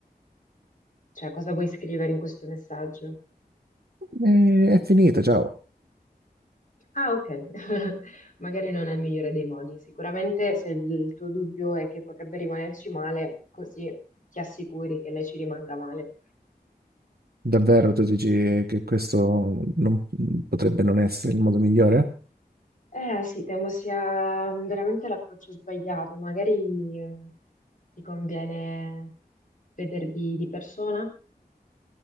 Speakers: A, on the left; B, on the right.
A: Cioè, cosa vuoi scrivere in questo messaggio?
B: E è finita, ciao.
A: Ah, ok, <laughs> magari non è il migliore dei modi. Sicuramente se il tuo dubbio è che potrebbe rimanerci male, così ti assicuri che lei ci rimanga male.
B: Davvero tu dici che questo non- potrebbe non essere il modo migliore?
A: Eh sì, temo sia mh, veramente l'approccio sbagliato. Magari mh, ti conviene vedervi di persona?